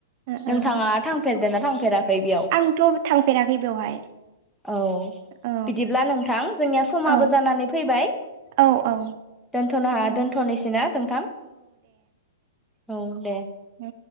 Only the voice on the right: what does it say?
ओ
आंथ' थांफेराखै बेवहाय
औ
औ
औ औ
ओ,
ओ